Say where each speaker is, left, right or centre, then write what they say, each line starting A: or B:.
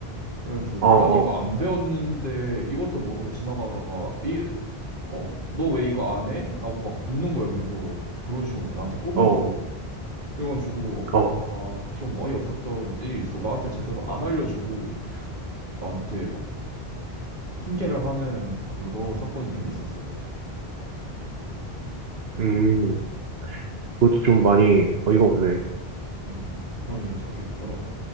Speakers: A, on the right (about 55°); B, on the right (about 75°).
A: 그래가지고
B: 어, 어,
A: 난 이거 안 배웠는데 이것도 모르고 지나가다가 이 어? 너 왜 이거 안 해? 라고 막 묻는 거야 계속 그런 식으로 막 나한테 꼽을
B: 어,
A: 줘. 그래가지고
B: 어.
A: 아 좀 어이없었던 일이 있어. 나한테 제대로 안 알려주고 나한테 막 훈계를 하는 그런 사건이 좀 있었어.
B: 음, 그것도 좀 많이 어이가 없네.
A: 음, 그런 일이 자주 있더라고.